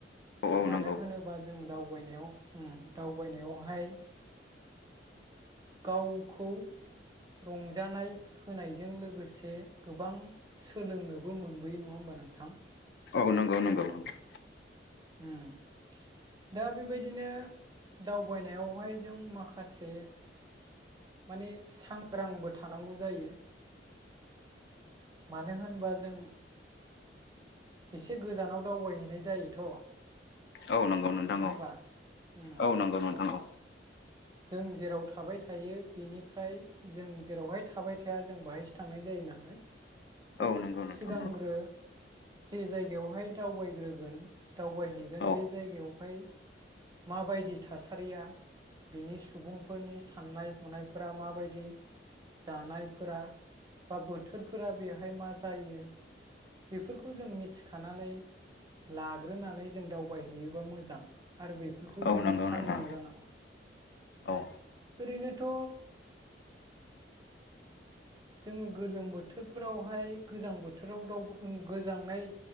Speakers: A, on the left; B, on the right.
A: औ औ
B: मानो
A: नंगौ
B: होनोबा जों दाउ दावबायनायाव उम दावबायनायावहाय गावखौ रंजानाय होनायजों लोगोसे गोबां सोलोंनोबो मोनबोयो नङा होमबा। नोंथां
A: औ नंगौ नंगौ नोंथां
B: होम दा बेबायदिनो दावबायनायावहाय जों माखासे। माने सांग्रांबो थानांगौ जायो। मानो होनबा जों एसे गोजानाव दावबायहैनाय जायोथ
A: औ नंगौ नोंथां
B: होमबा
A: औ
B: उम
A: औ नंगौ नोंथां औ।
B: जों जेराव थाबाय थायो बेनिफ्राय जों जेरावहाय थाबाय थाया जों बाहायसो थांनाय जायो नालाय। जों
A: औ नंगौ नोंथां
B: सिगांग्रो
A: नंगौ
B: जे जायगायावहाय दावबायग्रोगोन दावबायहैगोन
A: औ
B: बे जायगायावहाय माबायदि थासारिया बिनि सुबुंफोरनि साननाय हनायफोरा माबायदि जानायफोरा। बा बोथोरफोरा बेहाय मा जायो। बेफोरखौ जों मिथिखानानै लाग्रोनानै जों दावबायहैयोबा मोजां आरो बेफोरखौ
A: औ
B: जों
A: नंगौ
B: सांग्रां
A: नोंथां
B: जानांगौ।
A: औ
B: ओरैनोथ'। जोङो गोलोम बोथोरफोरावहाय गोजां बोथोराव दाव गोजांनाय